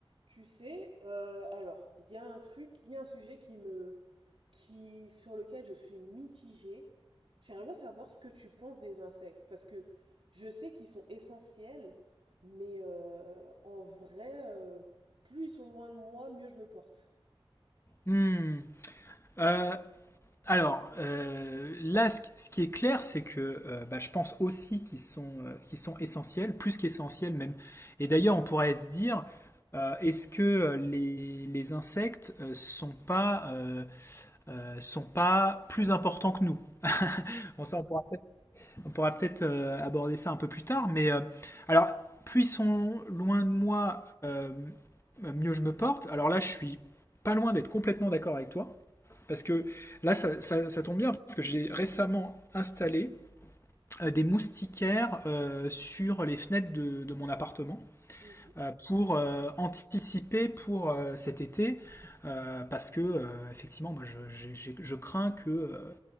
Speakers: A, on the right; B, on the left.
A: Tu sais, euh, alors, il y a un truc, il y a un sujet qui me, qui, sur lequel je suis mitigée. J'aimerais bien savoir ce que tu penses des insectes, parce que je sais qu'ils sont essentiels, mais euh, en vrai, euh, plus ils sont loin de moi, mieux je me porte.
B: Hmm. Euh, alors, euh, là, ce qui ce qui est clair, c'est que euh, bah, je pense aussi qu'ils sont, euh, qu'ils sont essentiels, plus qu'essentiels même. Et d'ailleurs, on pourrait se dire, euh, est-ce que euh, les, les insectes euh, sont pas, euh, euh, sont pas plus importants que nous? Bon, ça, on pourra peut-être on pourra peut-être, euh, aborder ça un peu plus tard, mais euh, alors, puissons loin de moi, euh, mieux je me porte. Alors là, je suis pas loin d'être complètement d'accord avec toi. Parce que là, ça, ça- ça tombe bien, parce que j'ai récemment installé euh, des moustiquaires euh, sur les fenêtres de, de mon appartement
A: Mhm.
B: euh, pour euh, anticiper pour euh, cet été. euh, parce que, euh, effectivement, moi, je, j'ai- j'ai- je crains que euh,